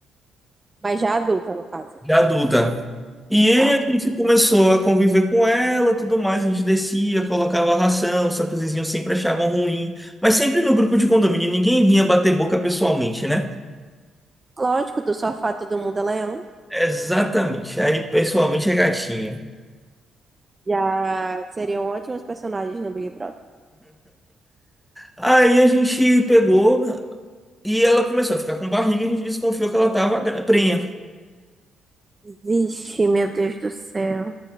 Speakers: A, on the right (about 20°); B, in the centre.
A: Mas já adulta, no caso.
B: da adulta. E aí
A: Tá.
B: a gente começou a conviver com ela, tudo mais, a gente descia, colocava a ração, só que os vizinhos sempre achavam ruim. Mas sempre no grupo de condomínio, ninguém vinha bater boca pessoalmente, né?
A: Lógico, do sofá todo mundo é leão.
B: Exatamente. Aí pessoalmente é gatinho.
A: Já seriam ótimos personagens no Big Brother.
B: Aí a gente pegou e ela começou a ficar com barriga e a gente desconfiou que ela tava gra- prenha.
A: Vixe, meu Deus do céu.